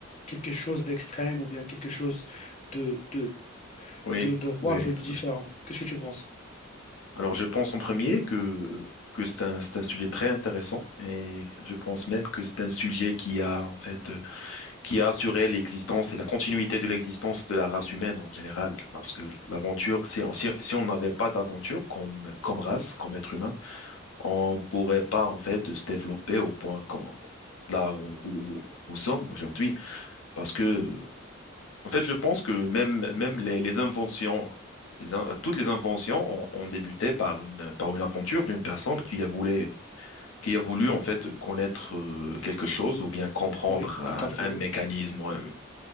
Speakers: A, on the left; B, on the left.
A: quelque chose d'extrême ou bien quelque chose de, de,
B: oui,
A: de, de, voilà,
B: oui,
A: de différent.
B: ouais.
A: Qu'est-ce que tu penses?
B: Alors, je pense en premier que, que c'est un, c'est un sujet très intéressant, et je pense même que c'est un sujet qui a, en fait, euh, qui a assuré l'existence et la continuité de l'existence de la race humaine en général. Parce que l'aventure, si, on- si, si on n'avait pas d'aventure comme, comme race, comme être humain, on ne pourrait pas en fait se développer au point qu'on, là où, où nous sommes aujourd'hui. Parce que, en fait, je pense que même, même les, les inventions, les in- toutes les inventions ont, ont débuté par une, par une aventure d'une personne qui a voulu, qui a voulu en fait connaître euh, quelque chose ou bien comprendre
A: Oui,
B: un,
A: tout à fait,
B: un mécanisme ou un,